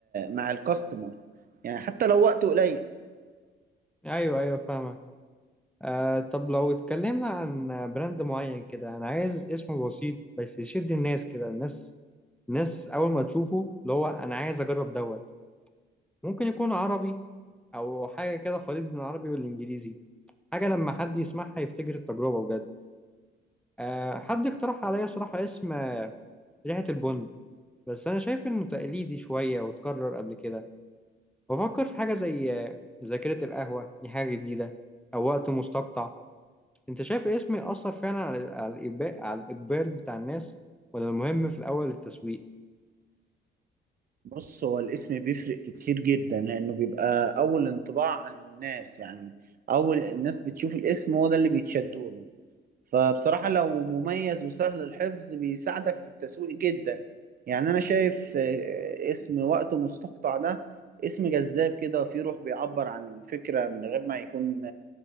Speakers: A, on the right; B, in the centre.
A: مع الكاستمر يعني حتى لو وقته قليل
B: أيوه أيوه فاهمك آه طب لو اتكلمنا عن براند معين كده انا عايز اسم بسيط بس يشد الناس كده الناس الناس اول ما تشوفه اللي هو انا عايز اجرب دوت ممكن يكون عربي او حاجه كده خليط بين العربي والانجليزي حاجه لما حد يسمعها يفتكر التجربه بجد آه حد اقترح عليا صراحه اسم آه، ريحه البن بس انا شايف انه تقليدي شويه واتكرر قبل كده بفكر في حاجه زي آه، ذاكره القهوه دي حاجه جديده او وقت مستقطع انت شايف اسمي اثر فعلا على على الاقبال على الاقبال بتاع الناس ولا المهم في الاول التسويق
A: بص هو الاسم بيفرق كتير جدا لانه بيبقى اول انطباع عن الناس يعني اول الناس بتشوف الاسم هو ده اللي بيتشدوا له فبصراحة لو مميز وسهل الحفظ بيساعدك في التسويق جدا يعني انا شايف آه، اسم وقته مستقطع ده اسم جذاب كده وفيه روح بيعبر عن الفكرة من غير ما يكون